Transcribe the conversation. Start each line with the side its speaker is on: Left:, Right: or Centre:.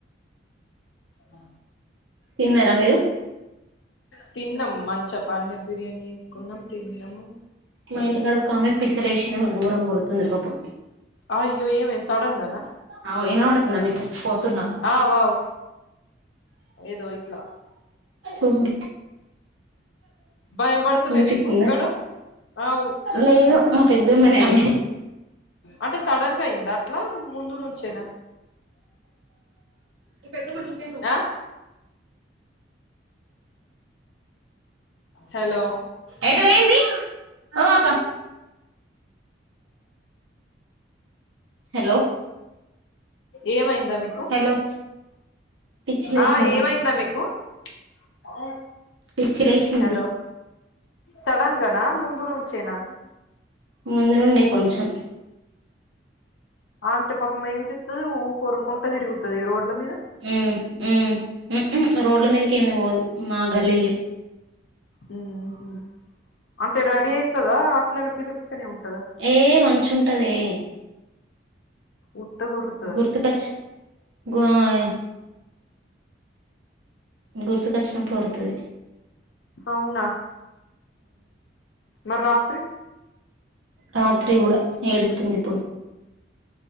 Left: ఆ
Right: తిన్నార మీరు?
Left: తిన్నమ్ మంచిగ పన్నీర్ బిర్యానీ వేసుకున్నాం తిన్నము.
Right: మా ఇంటికాడ ఒక ఆమెకి పిచ్చ లేసిందేమో ఘోరంగా ఒరుగుతుంది పాపం.
Left: అయ్యో ఏమైంది సడన్ గాన
Right: అవు వినబడుతుందా నీకు పోతున్నా
Left: ఆ బావు ఏదో ఇట్ల
Right: మ్
Left: భయం పడతలే
Right: వినిపిత్తుందా?
Left: నీకు గడ అవ్
Right: లేదు మా పెద్దమ్మనే ఆమ
Left: అంటే సడన్ గా అయింద అట్ల ముందునుంచేనా?
Right: మీ పెద్దమ్మ నీకెందుకు
Left: ఆ హలో
Right: ఎటు పోయింది ఓ అకా హలో
Left: ఏమైందా మీకు
Right: హలో పిచ్చి లేసింది
Left: ఆ ఏమైందా మీకు? పక్కబెట్
Right: పిచ్చి లేసింది
Left: హలో సడన్ గాన ముందు నుంచేనా?
Right: ముందునుండే కొంచెం.
Left: ఆంటీ పాపం ఏం చెత్తది ఊకె ఒరుకుంట తిరుగుతది రోడ్ల మీద
Right: మ్ మ్ మ్హ్ రోడ్ల మీదకి ఏమి పోదు మా గల్లీల్నే
Left: మ్హ్ అంటే రెడీ అయితదా అట్లనే పిస పిసనే ఉంటదా?
Right: ఏ మంచు ఉంటదే.
Left: ఉత్తగ ఒర్రు
Right: గుర్తుకచ్ గ్వాయే గుర్తుకొచ్చినప్పుడు ఒర్రుతది
Left: అవునా. మరి రాత్రి.
Right: రాత్రి కూడా ఏడుతుంది ఇప్పుడు.